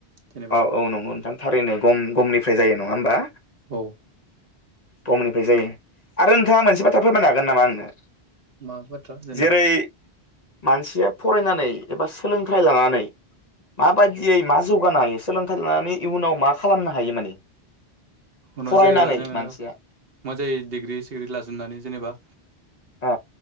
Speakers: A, on the right; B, on the left.
A: जेनेबा
B: औ औ नंगौ नोंथां थारैनो गम गमनिफ्राय जायो नङा होमबा।
A: औ
B: गमनिफ्राय जायो आरो नोंथाङा मोनसे बाथ्रा फोरमायनो हागोन नामा आंनो?
A: मा बाथ्रा जेनेबा
B: जेरै मानसिया फरायनानै एबा सोलोंथाइ लानानै माबायदियै मा जौगानो हायो? सोलोंथाइ लानानै इयुनाव मा खालामनो हायो माने?
A: उनाव
B: फरायनानै
A: जेनेबा जोङो
B: मानसिया
A: मोजाङै डिग्रि सिग्रि लाजोबनानै जेनेबा
B: अ